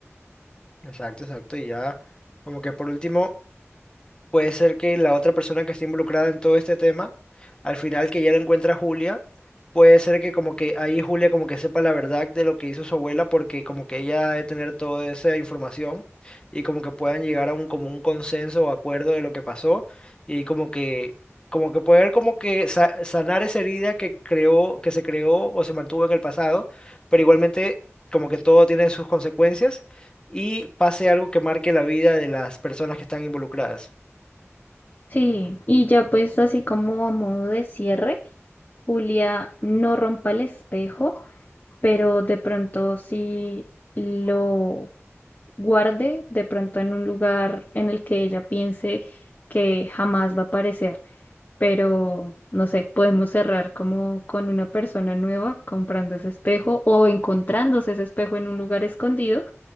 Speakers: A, on the left; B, on the left.
A: Exacto, exacto. Y ya, como que por último, puede ser que la otra persona que esté involucrada en todo este tema, al final que ya lo encuentra Julia, puede ser que como que ahí Julia como que sepa la verdad de lo que hizo su abuela, porque como que ella ha de tener toda esa información y como que puedan llegar a un como un consenso o acuerdo de lo que pasó y como que como que poder como que sa- sanar esa herida que creó, que se creó o se mantuvo en el pasado, pero igualmente como que todo tiene sus consecuencias y pase algo que marque la vida de las personas que están involucradas.
B: Sí, y ya pues así como a modo de cierre, Julia no rompa el espejo, pero de pronto sí lo guarde, de pronto en un lugar en el que ella piense que jamás va a aparecer, pero no sé, podemos cerrar como con una persona nueva comprando ese espejo o encontrándose ese espejo en un lugar escondido